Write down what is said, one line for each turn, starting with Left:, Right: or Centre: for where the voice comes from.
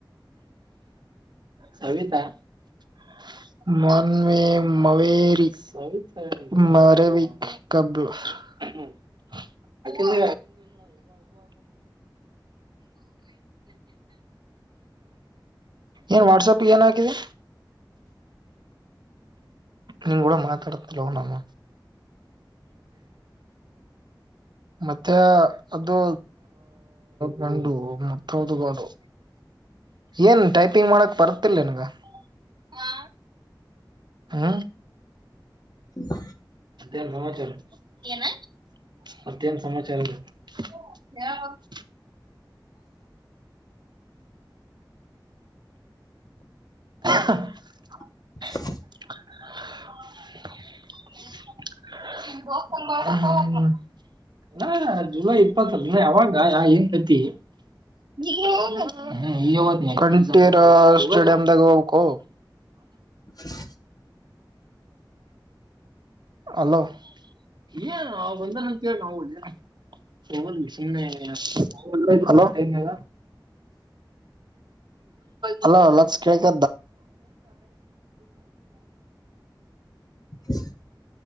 Right: ಸವಿತಾ <unintelligible> <unintelligible> ಹ್ಮ ಏನ್ ವಾಟ್ಸಪ್ ಏನ್ ಹಾಕಿದೆ ನಿನ್ನಕೂಡ ಮಾತಾಡ್ತಿಲ್ಲಮ್ಮ ಮತ್ತೆ ಅದು ಗಂಡು ಮತ್ತದುಂಡು ಏನ್ ಟೈಪಿಂಗ್ ಮಾಡಕ್ ಬರ್ತಿಲ್ಲ ನಿನ್ಗ ಹಾ ಹೂ
Left: <unintelligible>
Right: ಏನ್ ಸಮಾಚಾರ ಏನ ಮತ್ಯೆನ ಸಮಾಚಾರ <unintelligible> ಹ್ಮ್ಮ್. ಹ <unintelligible>
Left: ಹ್ಮ್ಮ್.
Right: <unintelligible> ನಾ ಜುಲೈ ಇಪ್ಪತ್ತ ಅವಾಗ ಏನ್ ಕಥಿ <unintelligible> ಸ್ಟೇಡಿಯಂದಾಗ ಹೋಗ
Left: ಹ್ಮ್ಮ್
Right: ಅಲೋ ಏ ಅವ ಬಂದ <unintelligible> ಹಲೋ ಲ ಕದಾ
Left: ಹ್ಮ್ಮ್.